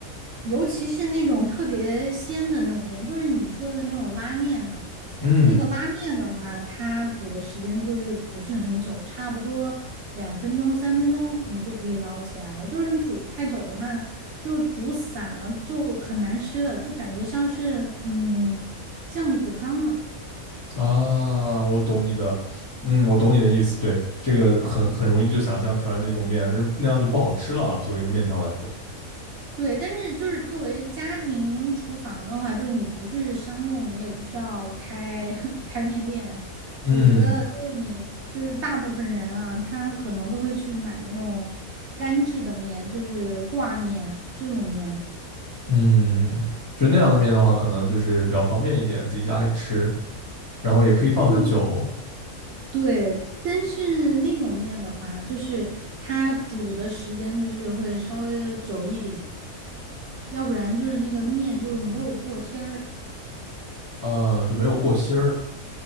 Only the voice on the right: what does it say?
尤其是那种特别鲜的那种面，就是你说的那种拉面嘛，
那个拉面的话，它煮的时间就是不是很久，差不多两分钟、三分钟你就可以捞起来了。就是你煮太久的话，就煮散了，就很难吃了，就感觉像是嗯浆糊汤了。
对，但是就是作为家庭厨房的话，就是你不是商用，你也不需要开 <laughs> 开面店。
我觉得就是你就是大部分人啊，他可能都会去买那种干制的面，就是挂面这种面。
就对，但是那种面的话，就是它煮的时间就是会稍微的久一点，要不然就是那个面就是没有过芯儿。